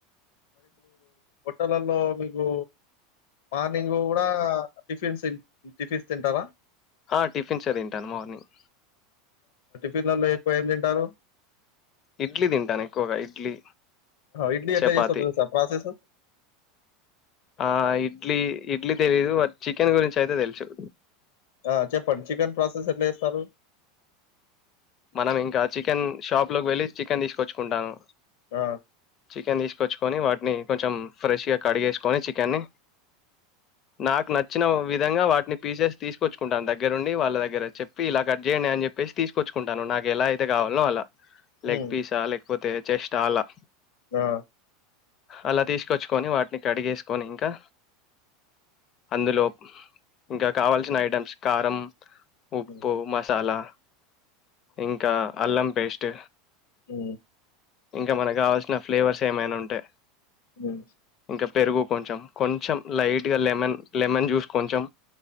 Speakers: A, on the left; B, on the left.
A: హోటలలో మీకు మార్నింగ్ కూడా టిఫిన్స్ టిఫిన్స్ తింటారా
B: ఆ టిఫిన్ చదింటాను మార్నింగ్
A: పిల్లలు ఎక్కువ ఏం తింటారు
B: ఇడ్లీ తింటాను ఎక్కువగా ఇడ్లీ
A: ఇడ్లీ
B: చపాతి
A: ఎట్లా చేస్తారు ప్రాసెస్
B: ఆ ఇడ్లీ ఇడ్లీ తెలీదు బట్ చికెన్ గురించి అయితే తెలుసు
A: ఆ చెప్పండి చికెన్ ప్రాసెస్ ఎట్లా చేస్తారు
B: మనం ఇంకా చికెన్ షాప్ లోకి వెళ్ళి చికెన్ తీసుకొచ్చుకుంటాను
A: ఆ
B: చికెన్ తీసుకొచ్చుకొని వాటిని ఫ్రెష్ గా కడిగేసుకుని చికెన్ ని నాకు నచ్చిన విధంగా పీసెస్ తీసుకొచ్చుకుంటాను దగ్గరుండి ఇలా కట్ చేయడం అని చెప్పి తీసుకొచ్చుకుంటాను నాకు ఎలా అయితే కావాలో అలా
A: హ్మ్.
B: లెగ్ పిసా లేక లేకపోతే జస్ట్ అలా
A: గా
B: అలా తీసుకొచ్చుకొని వాటిని కడిగేసుకొని ఇంకా అందులో ఇంకా కావాల్సిన ఐటమ్స్ కారం ఉప్పు
A: హ్మ్.
B: మసాలా ఇంకా అల్లం పేస్ట్
A: ఉ
B: ఇంకా మనకు కావాల్సిన ఫ్లేవర్స్ ఏమైనా ఉంటే
A: హ్మ్.
B: ఇంక పెరుగు కొంచెం కొంచెం లైట్గా లెమన్ లెమన్ జ్యూస్ కొంచెం